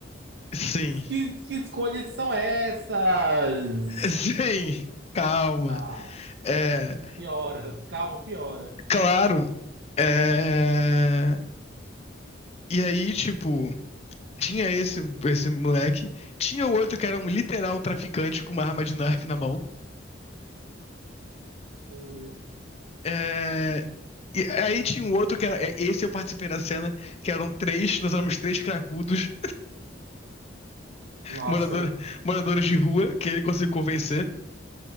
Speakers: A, on the left; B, on the right.
A: Sim,
B: Que, que escolhas são essas?
A: <laughs> sim, calma.
B: Tá,
A: É,
B: piora. Calma, piora.
A: claro. É... E aí, tipo, tinha esse, esse moleque, tinha o outro que era um literal traficante com uma arma de nerf na mão.
B: Hum,
A: É, E aí tinha um outro que era. é, Esse eu participei da cena, que eram três, nós éramos três cracudos,
B: Nossa.
A: morador, moradores de rua, que ele conseguiu convencer.